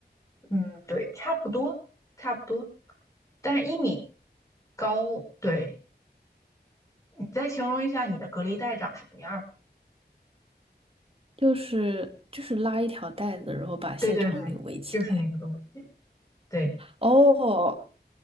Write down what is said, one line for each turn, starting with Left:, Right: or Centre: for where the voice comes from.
Left: 嗯，对，差不多，差不多，但是一米高，对，你再形容一下你的隔离带长什么样吧？
Right: 就是就是拉一条带子，然后把现场给围起来。
Left: 对对对，就是那个东西，对。
Right: 哦，